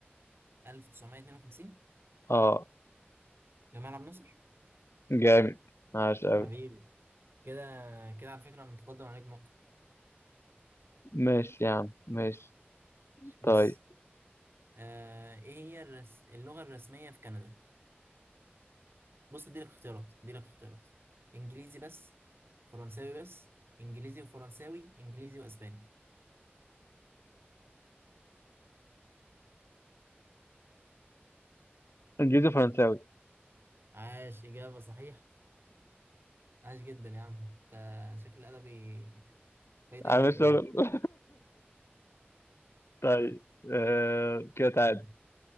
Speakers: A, on the right; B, on the left.
A: 1952
B: اه
A: جمال عبد الناصر
B: جامد عاش أوي
A: حبيبي كده كده على فكرة أنا متقدم عليك نقطة
B: ماشي يا عم ماشي
A: بص
B: طيب
A: آه، إيه هي الرس... اللغة الرسمية في كندا؟ بص اديلك اختيارات اديلك اختيارات انجليزي بس فرنساوي بس انجليزي وفرنساوي انجليزي واسباني
B: انجليزي فرنساوي
A: عاش اجابه صحيح عاش جدا يا عم انت شكل ادبي فايدك
B: عامل
A: جدا
B: شغل <laughs> طيب آه كده تعالى
A: استني كده